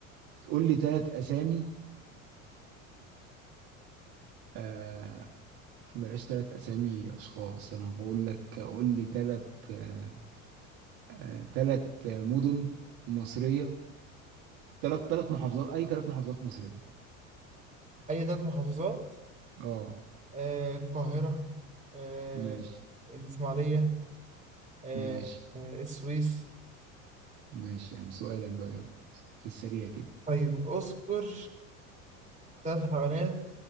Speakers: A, on the right; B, on the right.
A: قول لي ثلاث أسامي آه بلاش ثلاث أسامي أشخاص أنا هقول لك قول لي ثلاث آه آه ثلاث مدن مصرية ثلاث ثلاث محافظات أي ثلاث محافظات مصرية
B: اي ثلاث محافظات
A: أه
B: آه القاهرة آه
A: ماشي
B: الاسماعيلية آه
A: ماشي
B: آه، السويس
A: ماشي يعني سؤالك بقى يلا في السريع كده
B: طيب اذكر ثلاث حيوانات